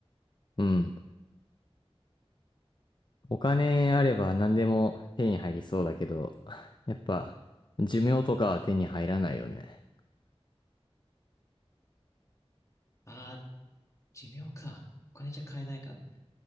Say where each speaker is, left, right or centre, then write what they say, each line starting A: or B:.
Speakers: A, on the left; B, on the left.
A: うん。お金あれば何でも手に入りそうだけど、やっぱ寿命とかは手に入らないよね。
B: ああ、寿命か。お金じゃ買えないか。